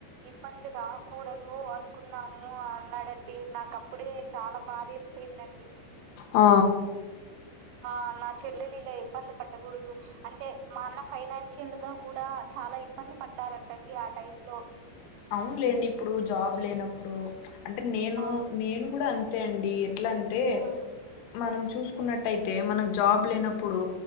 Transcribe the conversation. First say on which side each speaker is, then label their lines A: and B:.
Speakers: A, on the right; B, on the left.
A: ఇబ్బంది రాకూడదు అనుకున్నాను అన్నాడండి నాక అప్పుడే చాలా బాదేసి పెయిందండి
B: ఆ
A: ఆ నా చెల్లిలా ఇబ్బంది పట్టకూడదు అంటే మా అన్న ఫైనాన్షియల్ గా కూడా చాలా ఇబ్బంది పడ్డారంటండి ఆ టైంలో
B: అవునులేండి ఇప్పుడు జాబ్ లేనప్పుడు అంటే నేను
A: ఆ
B: నేను కూడా అంతే అండి ఎట్లంటే
A: హ్మ్
B: మనం చూసుకున్నట్టయితే మనకు జాబ్ లేనప్పుడు